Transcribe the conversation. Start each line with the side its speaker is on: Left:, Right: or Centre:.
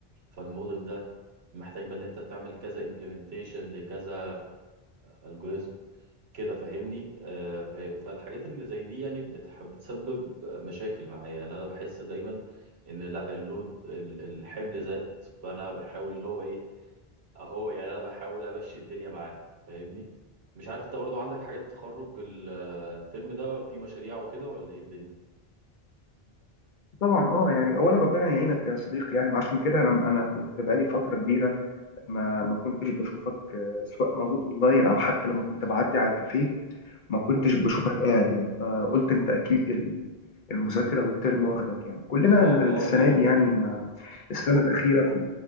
Right: فالموديل ده محتاج بقى ان انت تعمل كذا امبلمنتيشن لكذا الجوريزم كده فاهمني آه، ف- فالحاجات اللي زي دي يعني بتح- بتسبب مشاكل معايا يعني انا بحس دايما ان لا اللود ال- الحمل زاد فانا بحاول اللي هو ايه اهو يعني انا بحاول امشي الدنيا معاه فاهمني مش عارف انت برضو عندك حاجات تخرج ال- الترم ده في مشاريع وكده ولا ايه الدنيا
Left: طبعا اه يعني اولا ربنا يعينك يا صديقي يعني عشان كده انا انا كنت بقالي فتره كبيره ما ما كنتش بشوفك آه، سواء موجود اونلاين او حتى لما كنت بعدي على الكافيه ما كنتش بشوفك قاعد يعني فقلت انت اكيد ال- المذاكره والترم واخدك يعني كلنا
Right: اه
Left: ال- السنه
Right: اه طبعا
Left: دي يعني ما السنه الاخيره في